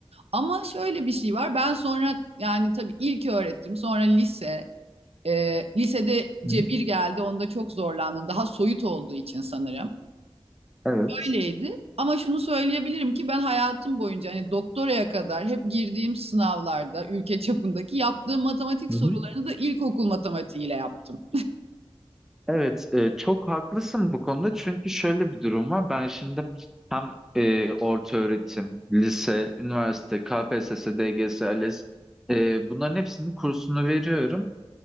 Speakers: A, on the right (about 80°); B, in the centre.
A: Ama şöyle bir şey var. Ben sonra yani tabii ilk öğretim, sonra lise. E, lisede
B: Hı
A: cebir
B: hı.
A: geldi. Onda çok zorlandım. Daha soyut olduğu için sanırım.
B: Evet.
A: Öyleydi. Ama şunu söyleyebilirim ki ben hayatım boyunca hani doktoraya kadar hep girdiğim sınavlarda ülke çapındaki yaptığım matematik
B: Hı
A: sorularını
B: hı. Evet.
A: da ilkokul matematiğiyle yaptım.
B: Evet, e, çok haklısın bu konuda çünkü şöyle bir durum var. Ben şimdi hem e, orta öğretim, lise, üniversite, KPSS, DGS, ALES e, bunların hepsinin kursunu veriyorum.